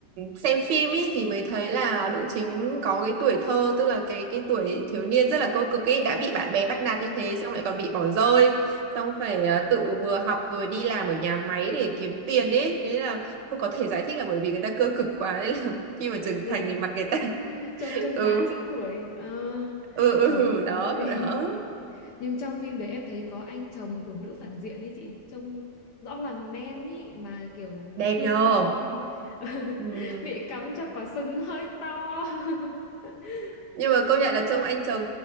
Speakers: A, on the right (about 80°); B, on the left (about 70°).
A: xem phim ý thì mới thấy là nữ chính có cái tuổi thơ tức là cái cái tuổi thiếu niên rất là cơ cực ý đã bị bạn bè bắt nạt như thế xong lại còn bị bỏ rơi xong phải ờ, tự vừa học rồi đi làm ở nhà máy để kiếm tiền ý thế là tôi có thể giải thích là bởi vì người ta cơ cực quá nên là <laughs> khi mà trưởng
B: nên
A: thành
B: là
A: thì mặt người ta
B: trông
A: <laughs>
B: trông
A: ừ
B: già trước tuổi Ờ,
A: ừ ừ
B: trời ơi
A: đó kiểu đó
B: <laughs> nhưng trong phim đấy em thấy có anh chồng của nữ phản diện ấy chị trông rõ là men ấy mà kiểu
A: đẹp
B: thương
A: nhờ
B: con <laughs>
A: ừ
B: bị cắm cho quả sừng hơi to <laughs>
A: nhưng mà
B: bao
A: công nhận
B: nhiêu
A: là trông
B: năm
A: anh chồng